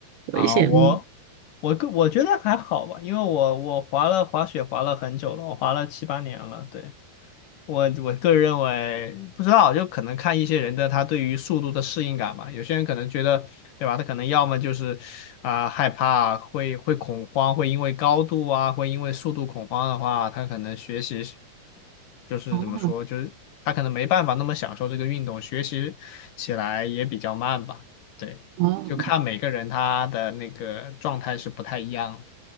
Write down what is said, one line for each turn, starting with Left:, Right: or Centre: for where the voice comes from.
Right: 危险吗？
Left: 啊，我我个我觉得还好吧，因为我我滑了滑雪滑了很久了，我滑了七八年了，对，我我个人认为，不知道，就可能看一些人的他对于速度的适应感吧。有些人可能觉得，对吧？他可能要么就是啊、害怕，会会恐慌，会因为高度啊，会因为速度恐慌的话，他可能学习是就是怎么说，
Right: 哦
Left: 就是他可能没办法那么享受这个运动，学习起来也比较慢吧。对，
Right: 哦。
Left: 就看每个人他的那个状态是不太一样的。